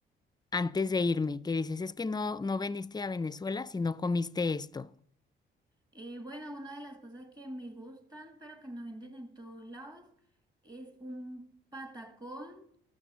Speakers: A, on the left (about 20°); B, on the right (about 20°).
A: antes de irme? Que dices, es que no, no viniste a Venezuela si no comiste esto.
B: Eh, bueno, una de las cosas que me gustan, pero que no venden en todos lados, es un patacón